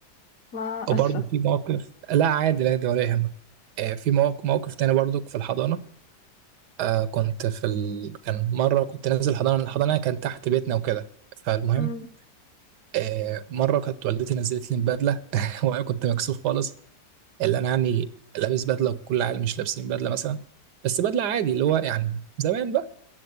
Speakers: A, on the left (about 60°); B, on the right (about 85°).
A: ما
B: وبرضه
A: اسفه
B: في موقف لا عادي لا عادي ولا يهمك آه في موقف موقف تاني برضك في الحضانة آه كنت في ال... كان مرة كنت نازل حضانة الحضانة كان تحت بيتنا وكده فالمهم
A: مم.
B: آه مرة كانت والدتي نزلت لي بدلة <laughs> وأنا كنت مكسوف خالص اللي أنا يعني لابس بدلة وكل العيال مش لابسين بدلة مثلا بس بدلة عادي اللي هو يعني زمان بقى